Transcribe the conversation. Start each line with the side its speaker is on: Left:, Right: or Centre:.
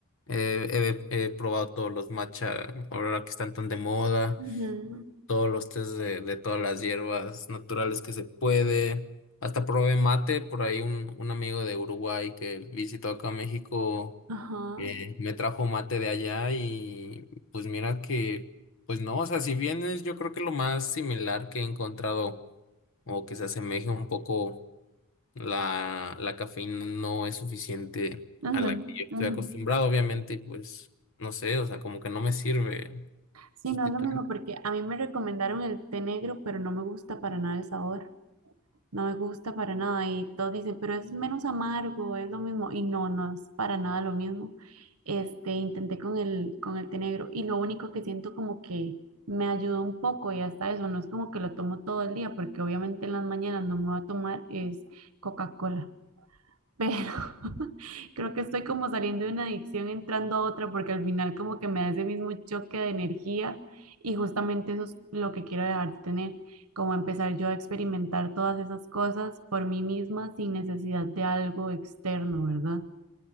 Left: Eh, he, he probado todos los matcha, ahora que están tan de moda,
Right: ujú,
Left: todos los tés de, de todas las hierbas naturales que se puede. Hasta probé mate, por ahí un, un amigo de Uruguay que visitó acá a México
Right: Ajá.
Left: eh, me trajo mate de allá y pues mira que, pues no, o sea, si bien es yo creo que lo más similar que he encontrado o que se asemeje un poco la, la cafeína no es suficiente
Right: ujú,
Left: a la que yo estoy
Right: ujú.
Left: acostumbrado, obviamente, y pues no sé, o sea, como que no me sirve
Right: Sí,
Left: sustituir.
Right: no es lo mismo porque a mí me recomendaron el té negro, pero no me gusta para nada el sabor. no me gusta para nada. Y todos dicen, pero es menos amargo, es lo mismo. Y no, no es para nada lo mismo. Este, intenté con el, con el té negro y lo único que siento como que me ayudó un poco y hasta eso, no es como que lo tomo todo el día, porque obviamente en las mañanas no me va a tomar es Coca-Cola pero <laughs> creo que estoy como saliendo de una adicción entrando a otra porque al final como que me da ese mismo choque de energía y justamente eso es lo que quiero dejar de tener, como empezar yo a experimentar todas esas cosas por mí misma sin necesidad de algo externo, ¿verdad?